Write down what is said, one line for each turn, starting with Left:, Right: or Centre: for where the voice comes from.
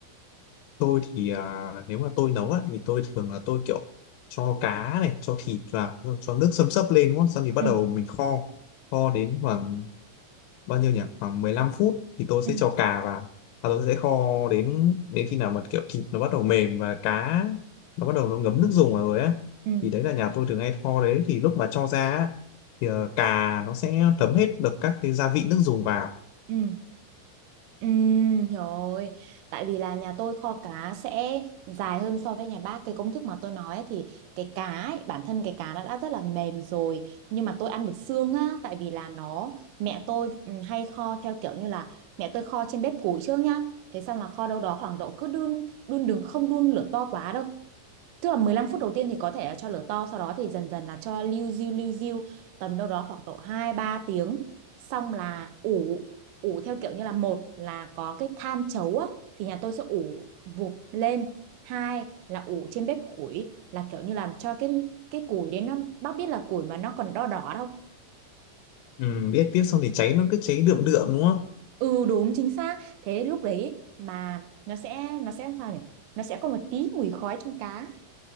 Left: tôi thì à, nếu mà tôi nấu á thì tôi thường là tôi kiểu cho cá này cho thịt vào rồi cho nước xâm xấp lên đúng không xong thì bắt
Right: Ừ,
Left: đầu mình kho kho đến khoảng bao nhiêu nhỉ khoảng 15 phút thì tôi sẽ
Right: ừ,
Left: cho cà vào và tôi sẽ kho đến đến khi nào mà kiểu thịt nó bắt đầu mềm và cá nó bắt đầu nó ngấm nước dùng vào rồi á
Right: ừ.
Left: thì đấy là nhà tôi thường hay kho đấy thì lúc mà cho ra á, thì ờ, cà nó sẽ thấm hết được các cái gia vị nước dùng vào
Right: Ừ. Ừ, rồi. Tại vì là nhà tôi kho cá sẽ dài hơn so với nhà bác. Cái công thức mà tôi nói ấy, thì cái cá ấy, bản thân cái cá nó đã rất là mềm rồi. Nhưng mà tôi ăn được xương á. Tại vì là nó, mẹ tôi ừ, hay kho theo kiểu như là mẹ tôi kho trên bếp củi trước nhá. Thế xong là kho đâu đó khoảng độ cứ đun, đun đừng không đun lửa to quá đâu. Tức là 15 phút đầu tiên thì có thể là cho lửa to, sau đó thì dần dần là cho liu riu liu riu tầm đâu đó khoảng độ 2 3 tiếng. Xong là ủ ủ theo kiểu như là một là có cái than chấu á thì nhà tôi sẽ ủ vụp lên. Hai là ủ trên bếp củi là kiểu như làm cho cái cái củi đến nó bác biết là củi mà nó còn đỏ đỏ đâu.
Left: ừ, biết biết xong thì cháy nó cứ cháy đượm đượm đúng không
Right: Ừ đúng chính xác. Thế lúc đấy mà nó sẽ nó sẽ sao nhỉ? Nó sẽ có một tí mùi khói trong cá.